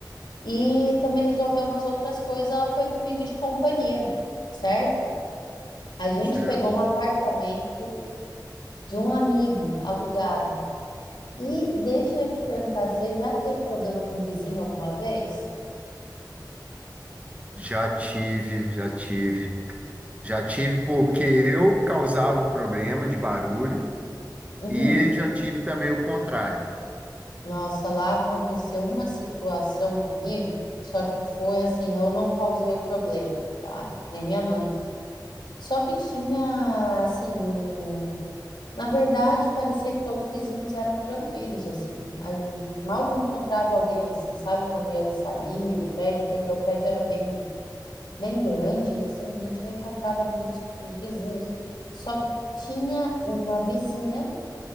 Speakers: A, on the left (about 75°); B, on the right (about 20°).
A: e também resolveu umas outras coisas. Ela foi comigo de companhia, certo? A gente
B: certo.
A: pegou um apartamento de um amigo alugado. E deixa eu te perguntar, você já teve problema com o vizinho alguma vez?
B: Já tive, já tive. Já tive porque eu causava o problema de barulho
A: Uhum.
B: e já tive também o contrário.
A: Nossa, lá aconteceu uma situação comigo, só que foi assim, eu não causei o problema, tá? Nem minha mãe. Só que tinha, assim, um... Na verdade, parecia que todos os vizinhos eram tranquilos, assim. A gente mal encontrava alguém, assim, sabe? Quando ia sair do prédio, porque o prédio era bem, bem grande, e assim, a gente não encontrava muitos os vizinhos. Só que tinha uma vizinha